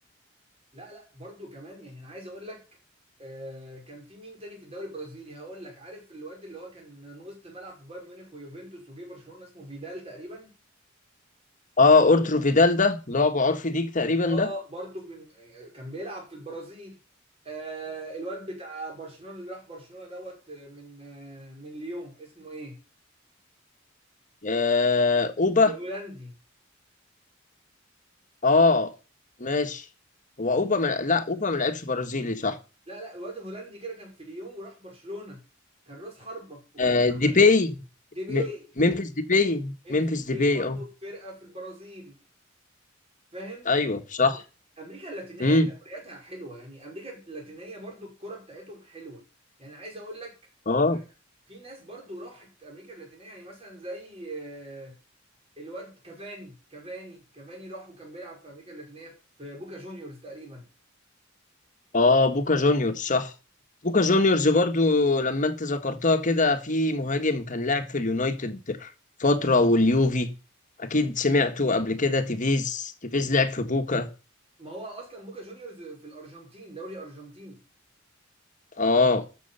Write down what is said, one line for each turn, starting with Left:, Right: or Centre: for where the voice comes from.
Right: لا لا برضو كمان يعني انا عايز اقول لك آه، كان في مين تاني في الدوري البرازيلي هقول لك عارف الواد اللي هو كان وسط ملعب في بايرن ميونخ ويوفنتوس وجه برشلونة اسمه فيدال تقريبا
Left: اه اورترو فيدال ده اللي هو ابو عرفي ديك تقريبا
Right: اه
Left: ده
Right: برضو بن... آه، كان بيلعب في البرازيل آه الواد بتاع برشلونة اللي راح برشلونة دوت آه، من آه، من ليون اسمه ايه
Left: آه، اوبا
Right: الهولندي
Left: اه ماشي هو اوبا ما... لا اوبا ما لعبش برازيلي صح
Right: لا لا الواد الهولندي كده كان في ليون وراح برشلونة كان راس حربة وبعد
Left: آه
Right: كده
Left: ديبي
Right: راح دي باي
Left: م... ممفيس ديبي
Right: انفس
Left: ممفيس
Right: دي
Left: ديبي
Right: باي برضه
Left: اه
Right: في فرقه في البرازيل فاهم
Left: ايوه صح
Right: امريكا اللاتينيه
Left: امم
Right: دورياتها حلوه يعني امريكا اللاتينيه برضه الكره بتاعتهم حلوه يعني عايز اقول لك
Left: اه
Right: في ناس برضه راحت امريكا اللاتينيه يعني مثلا زي آه، الواد كافاني كافاني كافاني راح وكان بيلعب في امريكا اللاتينيه في بوكا جونيورز تقريبا
Left: اه بوكا جونيور صح بوكا جونيورز برضو لما انت ذكرتها كده في مهاجم كان لاعب في اليونايتد فترة واليوفي اكيد سمعته قبل كده تيفيز تيفيز لعب في بوكا
Right: ما هو اصلا بوكا جونيورز في الارجنتين دوري ارجنتيني
Left: اه